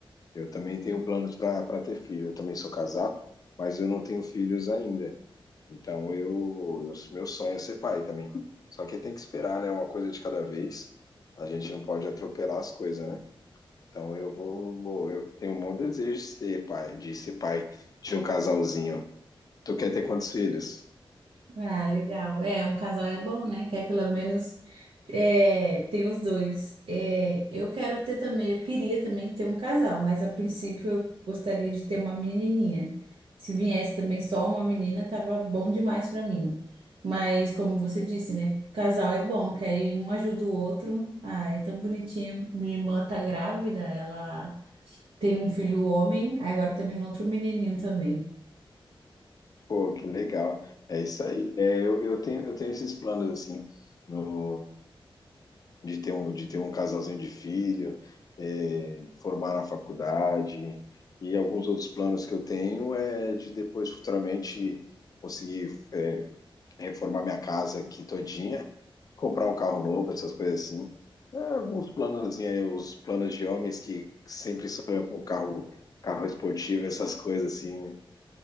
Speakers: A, on the left; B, on the right.
A: eu também tenho planos para para ter filho. Eu também sou casado, mas eu não tenho filhos ainda. Então eu, eu meu sonho é ser pai também. Só que tem que esperar, né? Uma coisa de cada vez. A gente não pode atropelar as coisas, né? Então eu vou, vou- eu tenho um bom desejo de ser pai, de ser pai de um casalzinho. Tu quer ter quantos filhos?
B: Ah, legal. É, um casal é bom, né? Que aí pelo menos é, tem os dois. É, eu quero ter também, eu queria também ter um casal, mas a princípio eu gostaria de ter uma menininha. Se viesse também só uma menina, tava bom demais para mim. Mas como você disse, né? Casal é bom, que aí um ajuda o outro. Ah, é tão bonitinho. Minha irmã tá grávida, ela Tem um filho homem, aí agora tá vindo outro menininho também.
A: Pô, que legal. É isso aí. É, eu, eu tenho, eu tenho esses planos assim, no, de ter um, de ter um casalzinho de filho, é, formar na faculdade e alguns outros planos que eu tenho é de depois futuramente conseguir reformar minha casa aqui todinha, comprar um carro novo, essas coisas assim. É, alguns planos aí, os planos de homens que sempre sonham com carro, carro esportivo, essas coisas assim, né?